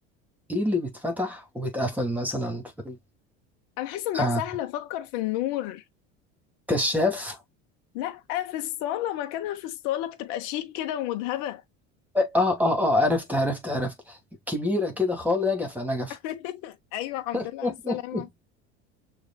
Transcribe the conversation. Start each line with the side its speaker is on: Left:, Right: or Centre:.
Centre: ايه اللي بيتفتح وبيتقفل مثلا في
Left: أنا حاسة إنها
Centre: آه.
Left: سهلة أفكر في النور
Centre: كشاف
Left: لأ في الصالة مكانها في الصالة بتبقى شيك كده ومذهبة
Centre: اه اه اه آه، عرفت عرفت عرفت كبيرة كده خالص نجفة نجفة
Left: <laughs> أيوة الحمد
Centre: <laughs>
Left: لله على السلامة